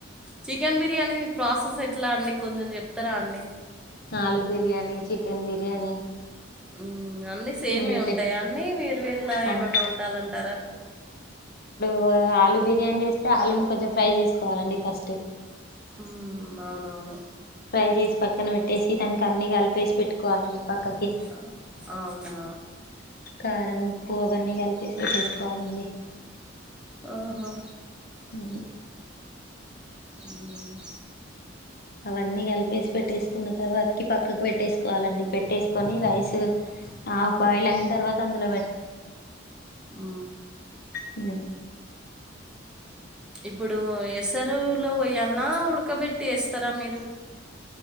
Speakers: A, in the centre; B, on the left.
A: చికెన్ బిర్యానీ ప్రోసెస్ ఎట్లా అండి కొంచెం చెప్తరా అండి
B: ఆలు బిర్యానీ చికెన్ బిర్యానీ
A: మ్మ్ అన్ని సేమే
B: ఇంగ
A: ఉంటాయా
B: పెద్ద
A: అండి వేరు వేరులా
B: అన్
A: ఏమన్నా ఉండాలంటారా
B: ఓ ఆలు బిర్యానీ చేస్తే ఆలుని కొంచెం ఫ్రై చేసుకోవాలండి ఫస్ట్
A: ఊ అవునవును
B: ఫ్రై చేసి పక్కన పెట్టేసి దానికి అన్నీ కలిపేసి పేస్ట్ పెట్టుకోవాలండి పక్కకి
A: ఆ! అవునా?
B: కారం ఉప్పు అవన్నీ కలిపేసి పెట్టుకోవాలండి
A: ఆహా
B: ఊ
A: ఉమ్
B: అవన్నీ కలిపేసి పెట్టేసుకున్న తర్వాతకి పక్కకు పెట్టేసుకోవాలండి పెట్టేసుకొని రైస్ ఆఫ్ బాయిల్ అయిన తర్వాత అందులో
A: ఊ
B: ఊ
A: ఇప్పుడు ఏసరులో పోయలన్నా ఉడకబెట్టి ఏస్తారా మీరు